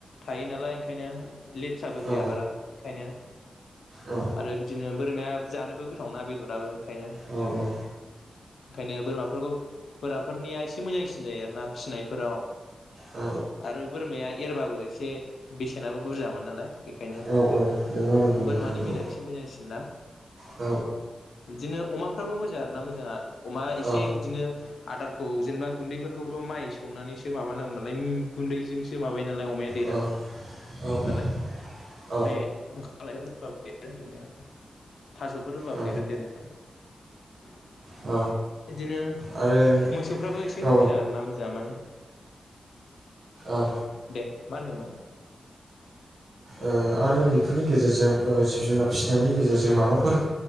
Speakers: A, on the left; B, on the right.
A: थायो नालाय ओंखायनो लेथ्राबो
B: औ
A: जाया बारा ओंखायनो
B: औ
A: आरो बिदिनो बोरमाया जानोबो गोथाव ना बेदराबो ओंखायनो
B: औ औ
A: ओंखायनो बोरमाफोरखौ बोराफोरनिया एसे मोजांसिन जायो आरोना फिसिनायफोराव
B: औ
A: आरो बोरमाया एरबाबो एसे ए बेसेनाबो बुरजामोन नालाय बेखायनो
B: औ औ नंगौ नंगौ
A: बोरमानि
B: नोंथां नंगौ
A: बेलायाव एसे मोजांसिनना
B: औ
A: बिदिनो अमाफ्राबो मोजां आरोना मोजाङा अमा एसे
B: औ
A: बिदिनो आदारखौ औ जेनेबा गुन्दैफोरखौथ माइ सौनानैसो माबानांगौ नालाय गुन्दैजोंसो माबायो नालाय अमाया देर
B: औ औ
A: नालाय <unintelligible>
B: औ
A: थासफोर होबाबो
B: औ
A: देरो देरनाया <inaudible>
B: औ
A: बिदिनो
B: आरो
A: मोसौफ्राबो एसे
B: औ
A: मोजां आरोना मोजांङा माने
B: औ ओ
A: दे मा होनदोमोन?
B: ओ आरो बेफोरनि गेजेरजों ओ जिब जुनार फिसिनायनि गेजेरजों माबाफोर